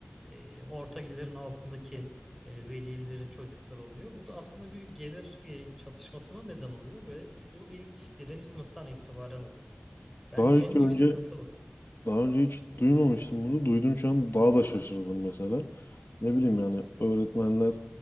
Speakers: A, in the centre; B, on the left (about 65°).
A: e, orta gelirin altındaki e, velilerin çocukları oluyor. Bu da aslında bir gelir e, çatışmasına neden oluyor ve bu ilk birinci sınıftan itibaren oluyor. Bence
B: Daha hiç
A: en
B: önce
A: büyük sıkıntı bu.
B: daha önce hiç duymamıştım bunu. Duydum şu an daha da şaşırdım mesela. Ne bileyim yani öğretmenler